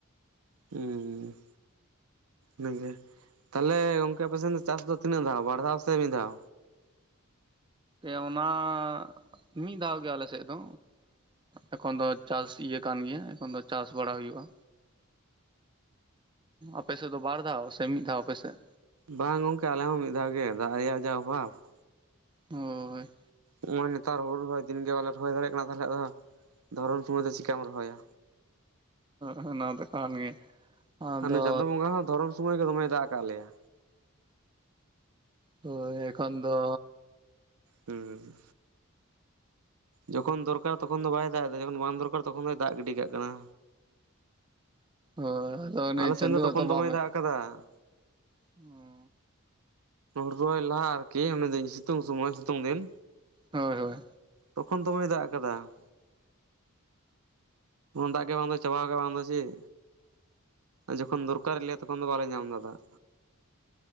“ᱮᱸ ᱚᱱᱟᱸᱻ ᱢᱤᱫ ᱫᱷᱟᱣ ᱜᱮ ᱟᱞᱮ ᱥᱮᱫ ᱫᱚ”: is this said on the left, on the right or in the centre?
Right